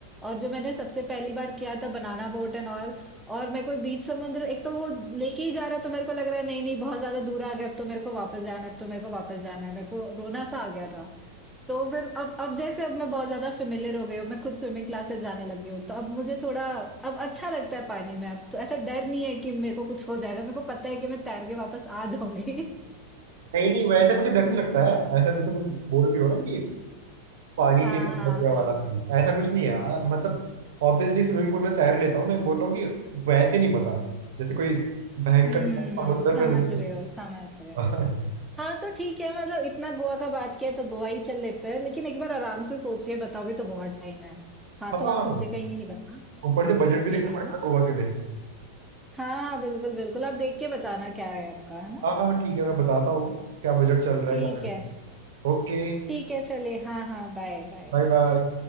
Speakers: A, in the centre; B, on the right.
A: और जो मैंने सबसे पहली बार किया था बनाना बोट एंड ऑल और मेरे को बीच समुद्र एक तो वो लेके ही जा रहा है तो मेरे को लग रहा है नहीं नहीं बहुत ज्यादा दूर आ गया अब तो मेरे को वापस जाना है, अब तो मेरे को वापस जाना है मेरे को रोना सा आ गया था तो फिर अब अब जैसे अब मैं बहुत ज्यादा फेमिलियर हो गई हूँ मैं खुद स्विमिंग क्लासेस जाने लगी हूँ तो अब मुझे थोड़ा अब अच्छा लगता है पानी में अब तो ऐसा डर नहीं है कि मेरे को कुछ हो जाएगा मेरे को पता है कि मैं तैर के वापस आ जाऊंगी
B: नहीं नहीं वैसे मुझे डर नहीं लगता है ऐसा जैसे तुम बोल रही हो ना कि
A: <laughs>
B: पानी
A: हाँ
B: से ही डर
A: हाँ
B: लग गया वाला
A: हाँ
B: सीन ऐसा कुछ नहीं है आ, मतलब ऑब्वियसली स्विमिंग पूल में तैर लेता हूँ मैं बोल रहा हूँ कि वैसे नहीं पता जैसे कोई भयंकर
A: हम्म
B: समुंदर
A: समझ
B: में हूँ तो।
A: रहे हो समझ रहे हो
B: <laughs> हाँ
A: हाँ तो ठीक है मतलब इतना गोवा का बात किया है तो गोवा ही चल लेते हैं लेकिन एक बार आराम से सोचिए बताओ भी तो बहुत टाइम है हाँ
B: हाँ,
A: तो
B: हाँ।
A: आप मुझे कहीं नहीं निकलना
B: ऊपर से बजट भी
A: ठीक
B: देखना
A: है
B: पड़ेगा
A: ना
B: गोवा के लिए
A: हाँ हाँ बिल्कुल बिल्कुल आप देख के बताना क्या है आपका है ना
B: हाँ हाँ ठीक है मैं बताता हूँ क्या बजट चल रहा
A: ठीक
B: है क्या
A: है
B: ओके
A: ठीक है चलिए हाँ, हाँ, बाय, बाय।
B: Bye bye